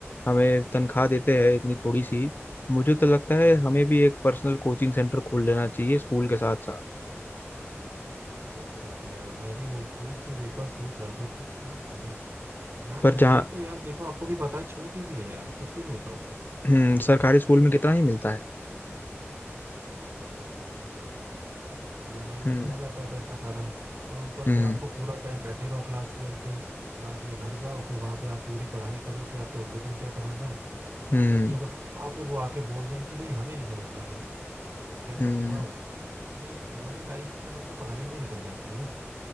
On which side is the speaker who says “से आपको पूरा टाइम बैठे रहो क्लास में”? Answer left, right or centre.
Right